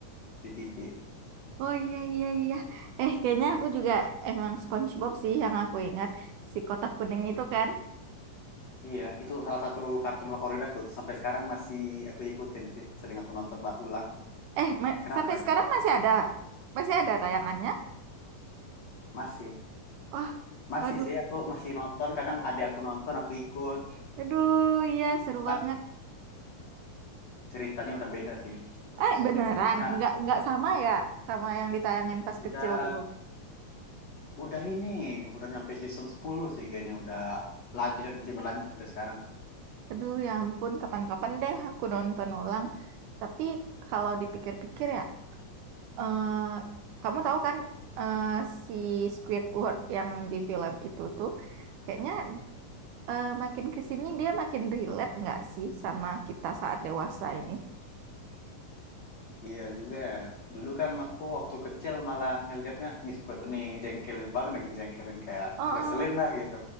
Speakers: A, on the left (about 80°); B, on the right (about 75°).
A: di TV.
B: Oh iya iya iya. Eh, kayaknya aku juga emang SpongeBob sih yang aku ingat si kotak kuning itu kan.
A: Iya, itu salah satu kartun favorit aku. Sampai sekarang masih aku ikutin sih. Sering aku nonton mbak ulang.
B: Eh, ma-
A: Kenapa
B: sampai
A: itu?
B: sekarang masih ada, masih ada tayangannya.
A: Masih.
B: Wah,
A: Masih
B: aduh,
A: sih, aku masih nonton. Kadang adik aku nonton, aku ikut.
B: aduh, iya seru
A: Cuman
B: banget.
A: ceritanya udah beda sih episodenya.
B: Eh, beneran?
A: Nah,
B: Nggak nggak sama ya sama yang ditayangin pas
A: udah
B: kecil dulu.
A: udah ini. Udah nyampe season 10 sih kayaknya. Udah lanjut, masih melanjut sampai sekarang.
B: Aduh, ya ampun, kapan-kapan deh aku nonton ulang. Tapi kalau dipikir-pikir ya. eh kamu tahu kan eh, si Squidward yang di film itu tuh kayaknya eh, makin ke sini dia makin relate nggak sih sama kita saat dewasa ini?
A: Iya juga ya. Dulu kan aku waktu kecil malah ngelihatnya Discord ini jengkelin banget dengan jengkelin kayak
B: Oh,
A: ngeselin
B: oh,
A: lah gitu.